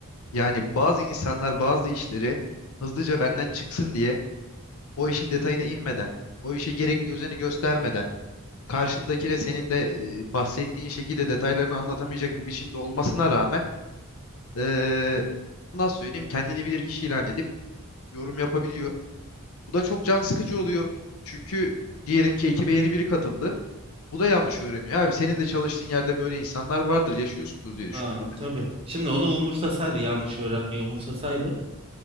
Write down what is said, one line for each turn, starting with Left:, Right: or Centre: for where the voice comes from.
Left: Yani bazı insanlar bazı işleri hızlıca benden çıksın diye o işin detayına inmeden, o işe gerekli özeni göstermeden, karşındakine senin de e, bahsettiğin şekilde detaylarını anlatamayacak bir biçimde olmasına rağmen eee, nasıl söyleyeyim kendini bilir kişi ilan edip yorum yapabiliyor. Bu da çok can sıkıcı oluyor. Çünkü diyelim ki ekibe yeni biri katıldı. Bu da yanlış öğreniyor. Abi senin de çalıştığın yerde böyle insanlar vardır, yaşıyorsundur diye düşünüyorum.
Right: Aa, tabii. Şimdi onu umursasaydı, yanlış öğrenmeyi umursasaydı